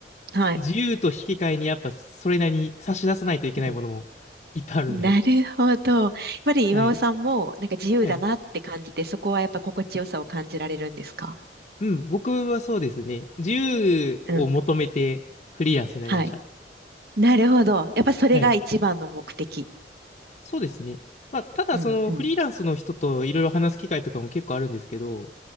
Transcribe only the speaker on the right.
はい。
うん。なるほど。やっぱり岩尾さんも、
なんか自由だなって感じて、
そこはやっぱ心地よさを感じられるんですか
うん。はい。なるほど。やっぱそれが一番の目的。
うんう